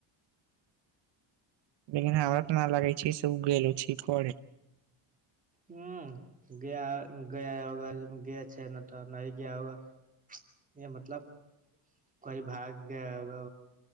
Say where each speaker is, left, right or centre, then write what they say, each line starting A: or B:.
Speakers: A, on the right; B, on the right.
A: लेकिन हमरा तऽ न लागै छै से ओ गेलो छे घरे
B: ह ग गय होगा ग छै ने तऽ नहि गया होगा य मतलब कई भाग गय होग